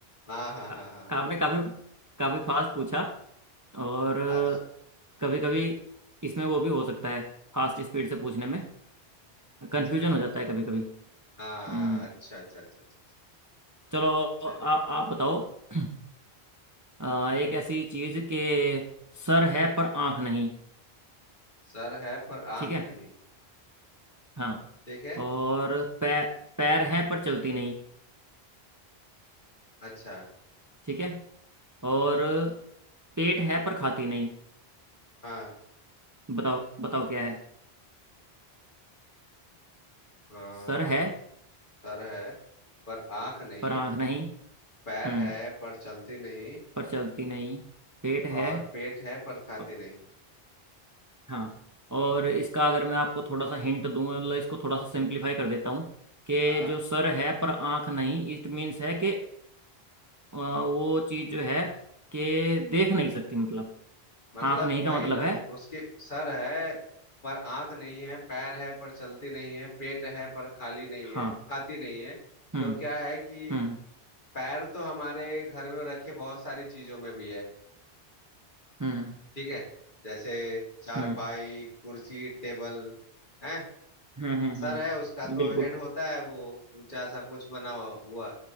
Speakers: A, on the left; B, on the right.
A: हाँ हाँ हाँ
B: आ-
A: हाँ
B: आपने काफी काफी फास्ट पूछा और
A: पास
B: कभी कभी इसमें वो भी हो सकता है फास्ट स्पीड से पूछने में कंफ्यूजन
A: अच्छा अच्छा
B: हो
A: अच्छा
B: जाता है कभी कभी
A: हाँ
B: हम्म
A: अच्छा अच्छा अच्छा अच्छा अच्छा।
B: चलो
A: चलिए
B: आ, आप बताओ <clears throat> आ, एक ऐसी चीज के सर है पर आंख नहीं
A: सर है पर
B: ठीक
A: आंख
B: है
A: नहीं
B: हाँ
A: ठीक है
B: और पैर पैर है पर चलती नहीं
A: अच्छा
B: ठीक है और पेट है पर खाती नहीं
A: हाँ
B: बताओ बताओ क्या है
A: अ,
B: सर है
A: सर है पर आंख नहीं
B: पर आंख नहीं
A: पैर
B: हम्म
A: है पर चलती नहीं
B: पर चलती नहीं पेट है
A: और पेट है पर खाती
B: प-
A: नहीं
B: हाँ और इसका अगर मैं आपको थोड़ा सा हिंट दूं मतलब इसको थोड़ा सा सिंप्लीफाई कर देता हूँ कि
A: हाँ
B: जो सर है पर आंख नहीं इट मीन्स है कि अ, वो चीज़ जो है कि देख नहीं सकती मतलब
A: मतलब
B: आंख नहीं का
A: वही
B: मतलब
A: ना
B: है
A: उसके सर है पर आंख नहीं है पैर है पर चलती नहीं है पेट है पर खाली नहीं है
B: हाँ
A: खाती नहीं है
B: हम्म
A: तो क्या है कि
B: हम्म
A: पैर तो हमारे घर में रखे बहुत सारी चीजों में भी है
B: हम्म
A: ठीक है जैसे चारपाई
B: हम्म
A: कुर्सी टेबल है
B: हम्म हम्म
A: सर
B: हम्म,
A: है उसका तो
B: बिल्कुल
A: हेड होता है वो ऊंचा सा कुछ बना हुआ हुआ,